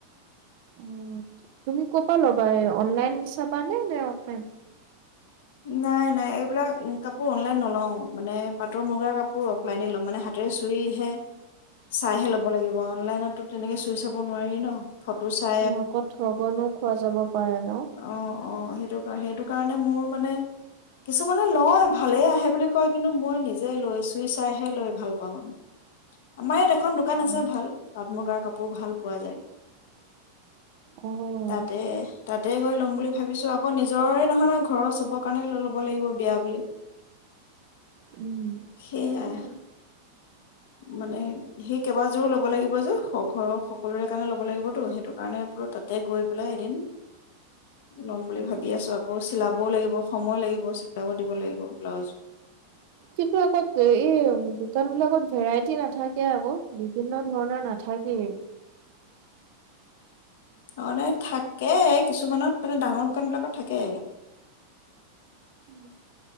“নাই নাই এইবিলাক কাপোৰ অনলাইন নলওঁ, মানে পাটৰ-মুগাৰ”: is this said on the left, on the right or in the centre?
Left